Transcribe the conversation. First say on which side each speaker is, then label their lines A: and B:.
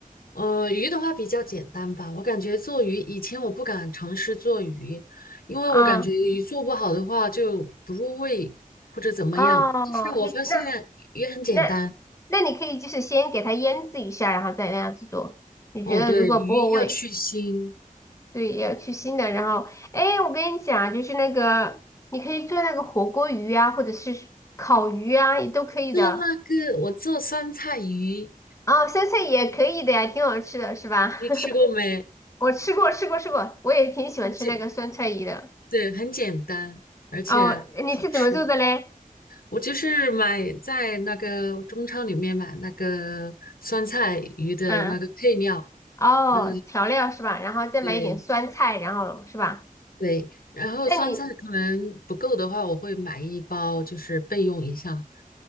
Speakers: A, on the left; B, on the left.
A: 呃，鱼的话比较简单吧。我感觉做鱼，以前我不敢尝试做鱼，因为我感觉鱼做不好的话就不入味或者怎么样。
B: 啊、哦，
A: 但是我发现鱼很简单，
B: 你那那那你可以就是先给它腌制一下，然后再那样子做。你觉得如果不够味，
A: 哦，对，鱼要去腥。
B: 对，也要去腥的。然后，哎，我跟你讲啊，就是那个你可以做那个火锅鱼啊，或者是烤鱼啊，也都可以的。
A: 做那个我做酸菜鱼，
B: 哦，酸菜也可以的呀，挺好吃的，是吧？
A: 你吃过没？
B: <laughs> 我吃过，吃过，吃过，我也挺喜欢吃那个酸菜鱼的。
A: 很简，对，很简单，而且好吃。
B: 哦，你是怎么做的嘞？
A: 我就是买在那个中超里面买那个酸菜鱼的那个配料，
B: 嗯，哦，
A: 嗯，
B: 调料是吧？然后再买一点酸菜，
A: 对
B: 然后是吧？
A: 对，然后酸菜可能不够的话，
B: 那你
A: 我会买一包，就是备用一下，